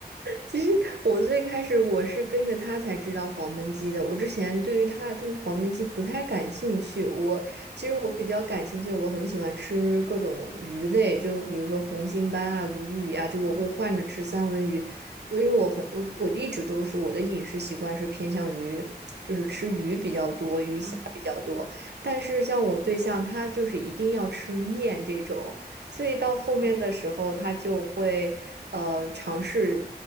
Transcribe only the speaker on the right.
其实我最开始我是跟着他才知道黄焖鸡的。我之前对于他对于黄焖鸡不太感兴趣。我其实我比较感兴趣，
我很喜欢吃各种鱼类，就比如说红星斑啊、鲈鱼啊，就我会换着吃三文鱼。
我因为我很我我一直都是我的饮食习惯是偏向于就是吃鱼比较多，鱼虾比较多。
但是像我对象他就是一定要吃面这种。所以到后面的时候，
他就会。呃，尝试